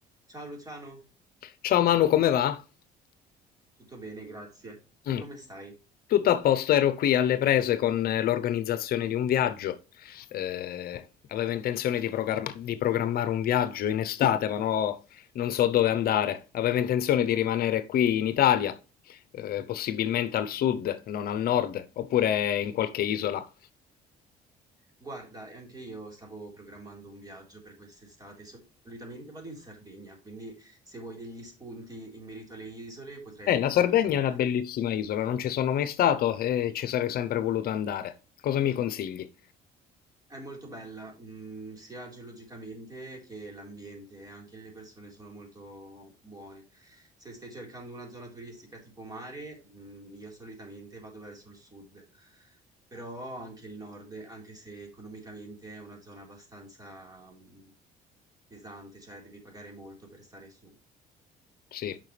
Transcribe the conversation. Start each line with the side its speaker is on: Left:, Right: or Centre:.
Right: Ciao Luciano,
Left: Ciao Manu, come va?
Right: tutto bene, grazie. Tu
Left: Mm,
Right: come stai?
Left: Tutto a posto, ero qui alle prese con eh, l'organizzazione di un viaggio. Eh, avevo intenzione di, progar- di programmare un viaggio in estate, ma no, non so dove andare. Avevo intenzione di rimanere qui in Italia, eh, possibilmente al sud, non al nord, oppure in qualche isola.
Right: Guarda, e anche io stavo programmando un viaggio per quest'estate. Solitamente vado in Sardegna, quindi se vuoi degli spunti in merito alle isole potrei
Left: Eh,
Right: aiutarti.
Left: la Sardegna è una bellissima isola, non ci sono mai stato e ci sarei sempre voluto andare. Cosa mi consigli?
Right: È molto bella, mh, sia geologicamente che l'ambiente, e anche le persone sono molto buone. Se stai cercando una zona turistica tipo mare, mh, io solitamente vado verso il sud, però anche il nord, anche se economicamente è una zona abbastanza, mh, pesante, cioè devi pagare molto per stare su.
Left: Sì,